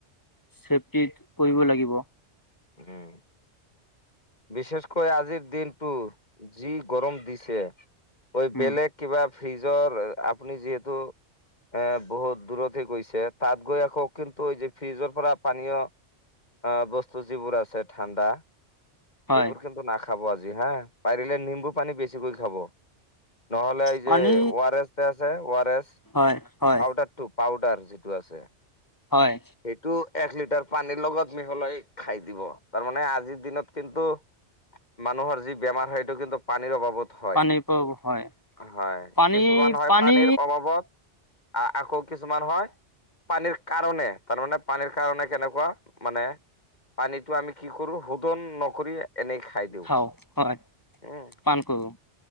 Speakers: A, on the left; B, on the left.
A: চেফটিত কৰিব লাগিব।
B: উম। বিশেষকৈ আজিৰ দিনটো যি গৰম দিছে। ঐ
A: উম
B: বেলেগ কিবা ফ্ৰিজৰ আপুনি যিহেতু এ বহুত দূৰতে গৈছে তাত গৈ আকৌ কিন্তু এই যে ফ্ৰিজৰ পৰা পানীয় অঁ বস্তু যিবোৰ আছে ঠাণ্ডা
A: হয়
B: সেইবোৰ কিন্তু নাখাব আজি হা পাৰিলে নিম্বু পানী বেছিকৈ খাব নহ'লে এই যে
A: পানী
B: ৱাৰ এছ তে আছে ৱাৰ এছ
A: হয় হয়
B: পাউদাৰটো পাউদাৰ যিটো আছে।
A: হয়।
B: সেইটো এক লিটাৰ পানীৰ লগত মিহলাই খাই দিব তাৰমানে আজিৰ দিনত কিন্তু মানুহৰ যি বেমাৰ হয় সটো কিন্তু পানীৰ অভাবত হয়।
A: পানীৰ পৰা হয়
B: হয়
A: পানী
B: কিছুমান হয়
A: পানী
B: পানীৰ অবাবত আহ আকৌ কিছুমান হয় পানীৰ কাৰণে তাৰমানে পানীৰ কাৰণে কেনেকুৱা মানে পানীতটো আমি কি কৰো শোধন নকৰি এনেই খাই দিওঁ
A: খাওঁ হয়
B: উম
A: পান কৰো